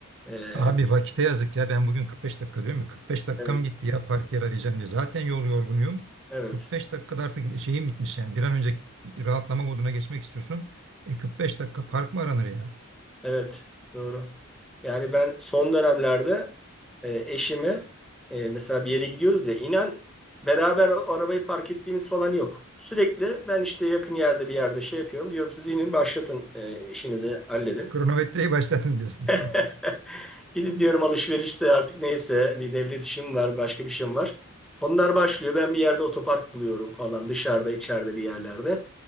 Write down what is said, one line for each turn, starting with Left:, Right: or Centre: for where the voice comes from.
Centre: E,
Right: Abi vakite yazık ya ben bugün 45 dakika diyorum ya 45 dakikam
Centre: evet,
Right: gitti ya park yer arayacağım diye. Zaten yol yorgunuyum.
Centre: evet,
Right: 45 dakikada artık şeyim bitmiş yani bir an önce rahatlama moduna geçmek istiyorsun. E, 45 dakika park mı aranır ya?
Centre: evet, doğru. Yani ben son dönemlerde e, eşimi e, mesela bir yere gidiyoruz ya inan beraber o- arabayı park ettiğimiz falan yok. Sürekli ben işte yakın yerde bir yerde şey yapıyorum diyorum siz inin başlatın e, işinizi halledin.
Right: Kronometreyi başlatın diyorsun.
Centre: <laughs>
Right: <laughs>
Centre: Gidin diyorum alışverişse artık neyse bir devlet işim var başka bir şeyim var. Onlar başlıyor ben bir yerde otopark buluyorum falan dışarıda içeride bir yerlerde.